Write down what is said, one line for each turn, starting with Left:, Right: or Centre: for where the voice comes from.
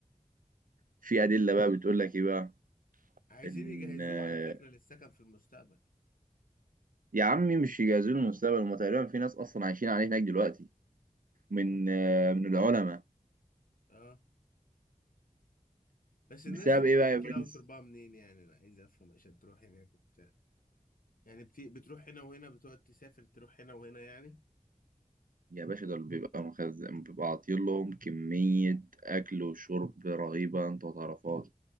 Right: في ادله بقى بتقول لك ايه بقى
Left: عايزين
Right: ان
Left: يجهزوه
Right: آه،
Left: على فكرة للسكن في المستقبل
Right: يا عمي مش يجهزوا له المستقبل هم تقريبا في ناس اصلا عايشين عليه هناك دلوقتي من
Left: مم.
Right: آه، من العلماء
Left: اه بس الناس
Right: بسبب
Left: دي بتجيب
Right: ايه بقى
Left: اكلها
Right: يا برنس
Left: وشربها منين يعني انا عايز افهم عشان تروح هناك وبتاع يعني بت... بتروح هنا وهنا بتقعد تسافر تروح هنا وهنا يعني
Right: يا باشا دول بيبقى مخزن بيبقى عاطين لهم كمية أكل وشرب رهيبة أنت ما تعرفهاش